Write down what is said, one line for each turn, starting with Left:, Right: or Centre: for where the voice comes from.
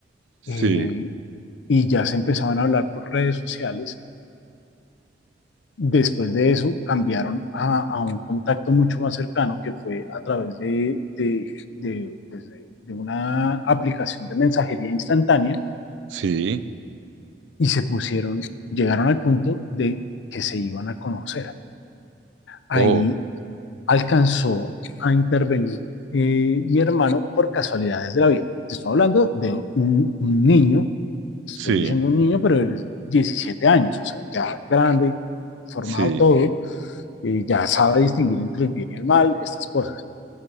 Right: Sí,
Left: eh, y ya se empezaban a hablar por redes sociales Después de eso, cambiaron a, a un contacto mucho más cercano que fue a través de, de, de, pues de- de una aplicación de mensajería instantánea
Right: sí.
Left: y se pusieron, llegaron al punto de que se iban a conocer. Ahí
Right: Oh,
Left: alcanzó a intervenir eh, mi hermano por casualidades de la vida. Te estoy hablando de un, un niño, estoy
Right: sí,
Left: diciendo un niño, pero él es 17 años, o sea, ya grande, formado
Right: sí,
Left: todo eh, ya sabe distinguir entre el bien y el mal, estas cosas.